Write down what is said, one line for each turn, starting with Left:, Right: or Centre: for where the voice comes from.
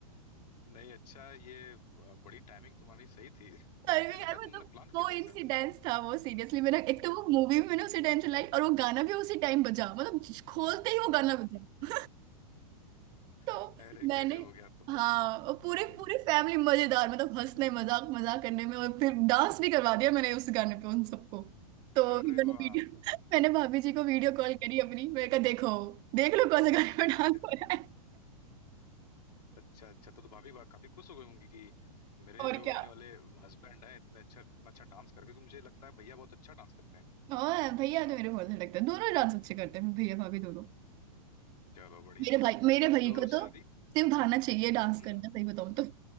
Left: नहीं अच्छा ये अ, बड़ी टाइमिंग तुम्हारी सही थी <laughs>
Right: टाइमिंग
Left: मुझे लगता
Right: यार
Left: है तुमने
Right: मतलब
Left: प्लान किया
Right: वो
Left: था
Right: इंसिडेंस
Left: इसे
Right: था वो सीरियसली मैंने एक तो वो मूवी भी मैंने उसी टाइम चलाई और वो गाना भी उसी टाइम बजा मतलब जिस- खोलते ही वो गाना
Left: <laughs>
Right: बजा तो
Left: अरे
Right: मैंने
Left: गजब हो गया तुम
Right: हाँ और पूरे
Left: हम्म
Right: पूरे फैमिली मजेदार मतलब हंसने मजाक मजाक करने में और फिर डांस भी करवा दिया मैंने उस गाने पे उन सबको तो
Left: अरे
Right: फिर मैंने
Left: वाह
Right: वीडियो <laughs> मैंने भाभी जी को वीडियो कॉल करी अपनी मैंने कहा देखो देख लो कौन से गाने पे
Left: <laughs>
Right: डांस हो रहा है
Left: अच्छा अच्छा तो, तो भाभी बा- काफी खुश हो गई होंगी कि मेरे
Right: और
Left: जो
Right: क्या
Left: होने वाले हस्बैंड है इतने अच्छा इतना अच्छा डांस करके क्योंकि मुझे लगता है भैया बहुत अच्छा डांस करते हैं
Right: और भैया तो मेरे बहुत अच्छा लगता है दोनों डांस अच्छे करते हैं भैया भाभी दोनों
Left: चलो बढ़िया
Right: मेरे
Left: बढ़िया
Right: भाई मेरे भाई
Left: तो
Right: को तो
Left: शादी
Right: सिर्फ भाना चाहिए डांस
Left: हम्म
Right: करना सही बताऊं तो